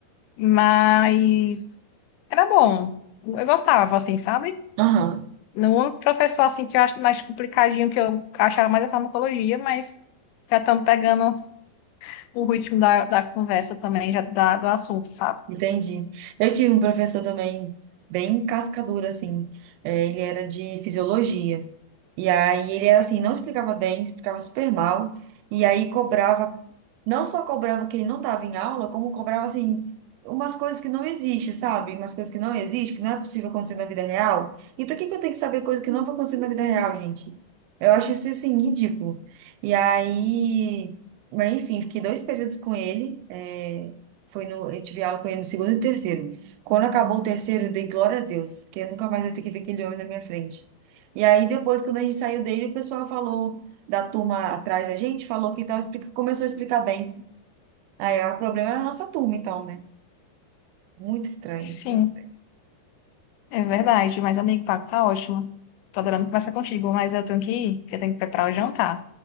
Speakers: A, on the left; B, on the right.
A: mas era bom. Eu gostava, assim, sabe?
B: aham,
A: No único professor assim que eu acho mais complicadinho, que eu achava mais a farmacologia, mas já estamos pegando o ritmo da, da conversa também, já da, do assunto, sabe?
B: entendi. Eu tive um professor também, bem cascadura, assim. É, ele era de fisiologia. E aí ele era assim, não explicava bem, explicava super mal. E aí cobrava, não só cobrava que ele não estava em aula, como cobrava assim, umas coisas que não existem, sabe? Umas coisas que não existem, que não é possível acontecer na vida real. E por que que eu tenho que saber coisa que não vai acontecer na vida real, gente? Eu acho isso assim, ridículo. E aí, mas enfim, fiquei dois períodos com ele. eh, Foi no, eu tive aula com ele no segundo e no terceiro. Quando acabou o terceiro, eu dei glória a Deus, que eu nunca mais ia ter que ver aquele homem na minha frente. E aí, depois, quando a gente saiu dele, o pessoal falou da turma atrás da gente, falou que tava explica... começou a explicar bem. Aí, ah, o problema é a nossa turma, então, né? Muito estranho.
A: Sim,
B: muito-
A: é verdade. Mas, amigo, o papo tá ótimo. Tô adorando conversar contigo, mas eu tenho que ir, porque eu tenho que preparar o jantar.